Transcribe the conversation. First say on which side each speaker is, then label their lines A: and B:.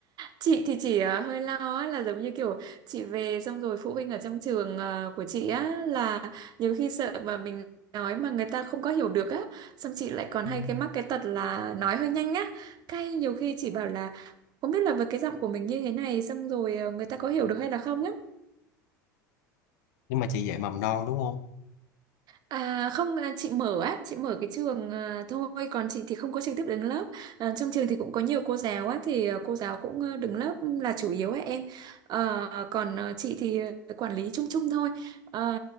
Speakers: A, on the right; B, on the left.
A: chị thì chỉ ờ, hơi lo á, là giống như kiểu chị về xong rồi phụ huynh ở trong trường ờ, của chị á là nhiều khi sợ mà mình nói mà người ta không có hiểu được á xong chị lại còn
B: Ừ.
A: hay cái mắc cái tật là nói hơi nhanh á cái nhiều khi chị bảo là không biết là với cái giọng của mình như thế này xong rồi ờ, người ta có hiểu được hay là không á
B: nhưng mà chị dạy mầm non đúng không
A: À, không à, chị mở á chị mở cái trường à, thôi còn chị thì không có trực tiếp đứng lớp à, trong trường thì cũng có nhiều cô giáo á thì à, cô giáo cũng à, đứng lớp là chủ yếu á em Ờ, còn à, chị thì à, quản lý chung chung thôi Ờ,